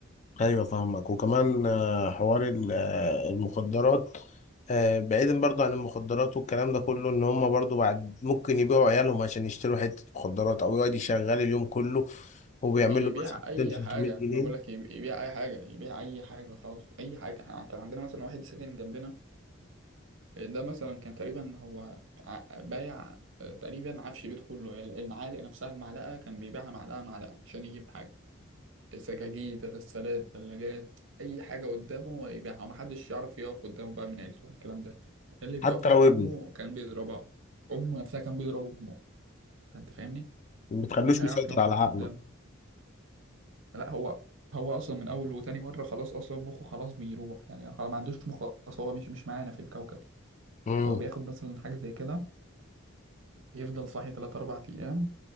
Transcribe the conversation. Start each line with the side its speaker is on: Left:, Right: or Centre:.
Left: ايوه فاهمك وكمان آه، حوار ال- آه، المخدرات آه، بعيدا برضو عن المخدرات والكلام ده كله ان هم برضو بعد ممكن يبيعوا عيالهم عشان يشتروا حتة مخدرات او يقعد يشغل اليوم كله وبيعمل
Right: يبيع
Left: له مثلا
Right: اي
Left: 200
Right: حاجه
Left: 300 جنيه
Right: ما بقولك يب- يبيع اي حاجه يبيع اي حاجه خالص اي حاجه إحنا كان عندنا مثلا واحد ساكن جنبنا ده مثلا كان تقريبا هو ع- بايع آه، تقريبا عفش بيته كله يعني المعالق نفسها المعلقة كان بيبيعها معلقة معلقة عشان يجيب حاجة سجاجيد غسالات ثلاجات أي حاجة قدامه هو يبيعها ومحدش يعرف يقف قدامه بقى من عيلته الكلام ده اللي بيقف
Left: حتى
Right: حتى
Left: لو ابنه
Right: أمه كان بيضربها أمه نفسها كان بيضرب أمه فأنت فاهمني
Left: ما بتخلوش
Right: فمين هيعرف
Left: مسيطر
Right: يقف
Left: على عقله
Right: قدامه لا هو هو أصلا من أول وتاني مرة خلاص أصلا مخه خلاص بيروح يعني خلاص ما عندوش مخ أصلا هو مش مش معانا في الكوكب
Left: امم
Right: هو بياخد مثلا حاجة زي كده يفضل صاحي تلات أربع أيام